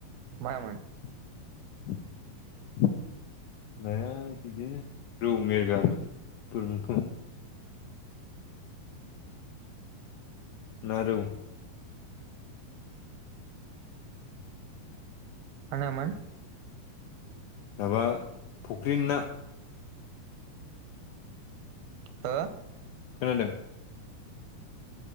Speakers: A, on the right; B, on the left.
A: मा मोन
B: <unintelligible> नाया बिदिनो रौ मेरगा मोनफोरबो खं <inaudible> ना रौ
A: मा नामोन
B: माबा फुख्रिनि ना
A: हो
B: खोनादों